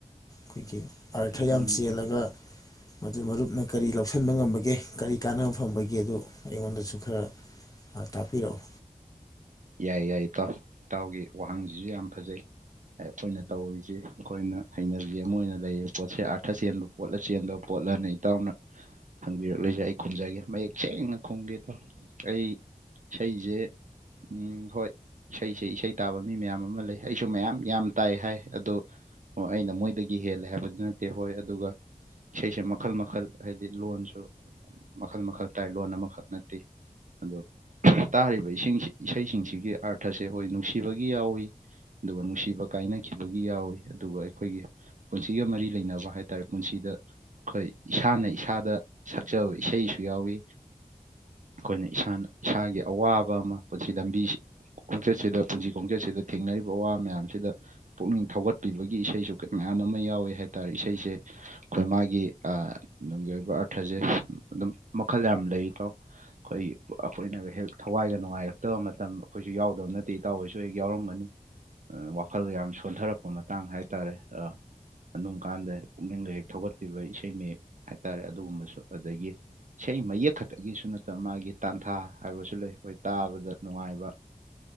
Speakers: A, on the left (about 25°); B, on the right (about 60°).
A: ꯈꯣꯏꯒꯤ ꯑꯥꯔꯊ
B: ꯎꯝ
A: ꯌꯥꯝ ꯆꯦꯜꯂꯒ ꯃꯗꯨ ꯃꯔꯨꯞꯅ ꯀꯔꯤ ꯂꯧꯁꯟꯕ ꯉꯝꯕꯒꯦ ꯀꯔꯤ ꯀꯥꯟꯅꯕ ꯐꯪꯕꯒꯦꯗꯨ ꯑꯩꯉꯣꯟꯗꯁꯨ ꯈꯔ ꯇꯥꯛꯄꯤꯔꯛꯎ
B: ꯌꯥꯏ ꯌꯥꯏ ꯏꯇꯥꯎ ꯏꯇꯥꯎꯒꯤ ꯋꯥꯍꯪꯖꯤꯖꯨ ꯌꯥꯝ ꯐꯖꯩ ꯑꯈꯣꯏꯅ ꯇꯧꯔꯤꯖꯤ ꯑꯈꯣꯏꯅ ꯍꯩꯅꯕꯤ ꯑꯃ ꯑꯣꯏꯅ ꯂꯩꯔꯤꯕ ꯄꯣꯠꯁꯦ ꯑꯥꯔꯊ ꯆꯦꯟꯕ ꯄꯣꯠꯂ ꯆꯦꯟꯗꯕ ꯄꯣꯠꯂꯅ ꯏꯇꯥꯎꯅ ꯍꯪꯕꯤꯔꯛꯂꯤꯖꯤ ꯑꯩ ꯈꯨꯝꯖꯒꯦ ꯃꯌꯦꯛ ꯁꯦꯡꯅ ꯈꯨꯝꯒꯦ ꯏꯇꯥꯎ ꯑꯩ ꯏꯁꯩꯖꯦ ꯎꯝ ꯍꯣꯏ ꯏꯁꯩꯁꯦ ꯏꯁꯩ ꯇꯥꯕ ꯃꯤ ꯃꯌꯥꯝ ꯑꯃ ꯂꯩ ꯑꯩꯁꯨ ꯃꯌꯥꯝ ꯌꯥꯝ ꯇꯥꯏ ꯍꯥꯏ ꯑꯗꯣ ꯑꯩꯅ ꯃꯣꯏꯗꯒꯤ ꯍꯦꯜꯂꯦ ꯍꯥꯏꯕꯗꯤ ꯅꯠꯇꯦ ꯍꯣꯏ ꯑꯗꯨꯒ ꯏꯁꯩꯁꯦ ꯃꯈꯜ ꯃꯈꯜ ꯍꯥꯏꯗꯤ ꯂꯣꯟꯁꯨ ꯃꯈꯜ ꯃꯈꯜ ꯇꯥꯏ ꯂꯣꯟ ꯑꯃꯈꯛ ꯅꯠꯇꯦ ꯑꯗꯣ ꯇꯥꯔꯤꯕ ꯏꯁꯤꯡꯁꯤ ꯏꯁꯩꯁꯤꯡꯁꯤꯒꯤ ꯑꯥꯔꯊꯁꯦ ꯍꯣꯏ ꯅꯨꯡꯁꯤꯕꯒꯤ ꯌꯥꯎꯏ ꯑꯗꯨꯒ ꯅꯨꯡꯁꯤꯕ ꯀꯥꯏꯅꯈꯤꯕꯒꯤ ꯌꯥꯎꯏ ꯑꯗꯨꯒ ꯑꯩꯈꯣꯏꯒꯤ ꯄꯨꯟꯁꯤꯒ ꯃꯔꯤ ꯂꯩꯅꯕ ꯍꯥꯏꯇꯥꯔꯦ ꯄꯨꯟꯁꯤꯗ ꯑꯈꯣꯏ ꯏꯁꯥꯅ ꯏꯁꯥꯗ ꯁꯛꯆꯕ ꯏꯁꯩꯁꯨ ꯌꯥꯎꯏ ꯑꯈꯣꯏꯅ ꯏꯁꯥꯅ ꯏꯁꯥꯒꯤ ꯑꯋꯥꯕ ꯑꯃ ꯄꯨꯟꯁꯤ ꯂꯝꯕꯤ ꯈꯣꯡꯆꯠꯁꯤꯗ ꯄꯨꯟꯁꯤ ꯈꯣꯡꯆꯠꯁꯤꯗ ꯊꯦꯡꯅꯔꯤꯕ ꯑꯋꯥ ꯃꯌꯥꯝꯁꯤꯗ ꯄꯨꯛꯅꯤꯡ ꯊꯧꯒꯠꯄꯤꯕꯒꯤ ꯏꯁꯩꯁꯨ ꯃꯌꯥꯝ ꯑꯃ ꯌꯥꯎꯋꯤ ꯍꯥꯏꯇꯥꯔꯦ ꯏꯁꯩꯁꯦ ꯑꯈꯣꯏ ꯃꯥꯒꯤ ꯑꯥ ꯅꯨꯡꯒꯤ ꯑꯣꯏꯕ ꯑꯥꯔꯊꯖꯦ ꯑꯗꯨꯝ ꯃꯈꯜ ꯌꯥꯝ ꯂꯩ ꯏꯇꯥꯎ ꯈꯣꯏ ꯑꯈꯣꯏꯅꯒ ꯍꯦꯛ ꯊꯋꯥꯏꯒ ꯅꯨꯡꯉꯥꯏꯔ ꯇꯕ ꯃꯇꯝ ꯑꯈꯣꯏꯖꯨ ꯌꯥꯎꯗꯕ ꯅꯠꯇꯦ ꯏꯇꯥꯎ ꯍꯣꯏꯁꯨ ꯍꯦꯛ ꯌꯥꯎꯔꯝꯒꯅꯤ ꯑ ꯋꯥꯈꯜ ꯌꯥꯝ ꯁꯣꯟꯊꯔꯛꯄ ꯃꯇꯥꯡ ꯍꯥꯏꯇꯥꯔꯦ ꯑ ꯑꯗꯨꯝ ꯀꯥꯟꯗ ꯄꯨꯛꯅꯤꯡꯒ ꯍꯦꯛ ꯊꯧꯒꯠꯄꯤꯕ ꯏꯁꯩ ꯃꯌꯦꯛ ꯍꯥꯏꯇꯥꯔꯦ ꯑꯗꯨꯒꯨꯝꯕꯁꯨ ꯑꯗꯒꯤ ꯏꯁꯩ ꯃꯌꯦꯛ ꯈꯇꯪꯒꯤꯁꯨ ꯅꯠꯇꯕ ꯃꯥꯒꯤ ꯇꯥꯟꯊꯥ ꯍꯥꯏꯕꯁꯨ ꯂꯩ ꯈꯣꯏ ꯇꯥꯕꯗ ꯅꯨꯡꯉꯥꯏꯕ